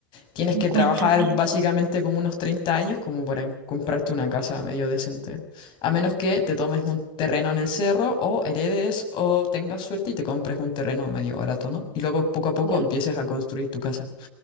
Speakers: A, on the left (about 45°); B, on the right (about 70°).
A: Tienes
B: cincuenta
A: que trabajar
B: mil.
A: básicamente como unos 30 años como para comprarte una casa medio decente. A menos que te tomes un terreno en el cerro o heredes o tengas suerte y te compres un terreno medio barato, ¿no? Y luego poco a poco
B: O la,
A: empieces a construir tu casa.